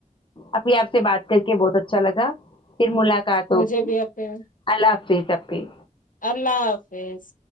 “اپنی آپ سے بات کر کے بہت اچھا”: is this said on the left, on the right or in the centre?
Left